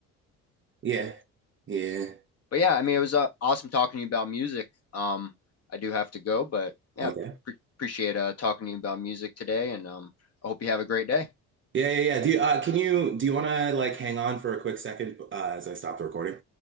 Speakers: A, on the right; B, on the left.
A: yeah, yeah,
B: But yeah, I mean, it was uh, awesome talking to you about music. Um, I do have to go, but yeah,
A: okay.
B: pre appreciate uh talking to you about music today and um I hope you have a great day.
A: Yeah, yeah, yeah. Do you uh, can you do you want to like hang on for a quick second uh, as I stop the recording?